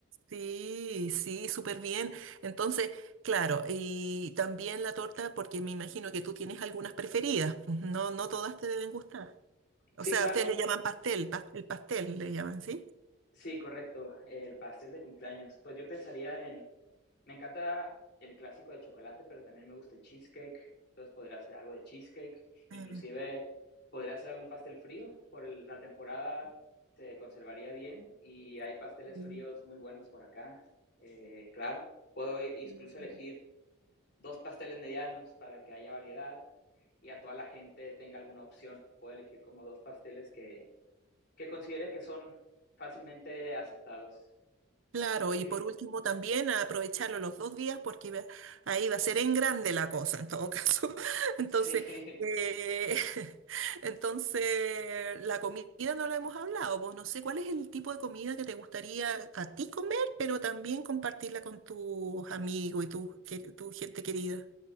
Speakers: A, on the right; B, on the left.
A: Sí, sí, súper bien. Entonces, claro, y también la torta, porque me imagino que tú tienes algunas preferidas. pues, No, no todas te deben gustar. O
B: Sí,
A: sea,
B: claro.
A: ustedes le llaman pastel, pas- el pastel le llaman, ¿sí?
B: Sí, correcto, el pastel de cumpleaños. Pues yo pensaría en, me encanta el clásico de chocolate, pero también me gusta el cheesecake, entonces podría hacer algo de cheesecake, inclusive
A: Eh,
B: podría hacer algún pastel frío, por el- la temporada se conservaría bien y hay pasteles
A: Sí.
B: fríos muy buenos por acá, Eh, claro, puedo i- incluso
A: sí.
B: elegir dos pasteles medianos para que haya variedad y a toda la gente tenga alguna opción, puedo elegir como dos pasteles que, que considere que son fácilmente aceptados
A: Claro,
B: porque
A: y por último también a aprovecharlo los dos días porque va- ahí va a ser en grande la cosa en todo caso. <laughs> Entonces,
B: <laughs> sí,
A: eh, <laughs> entonces la comida no la hemos hablado, pues no sé cuál es el tipo de comida que te gustaría a ti comer, pero también compartirla con tus amigos y tu, que- tu gente querida.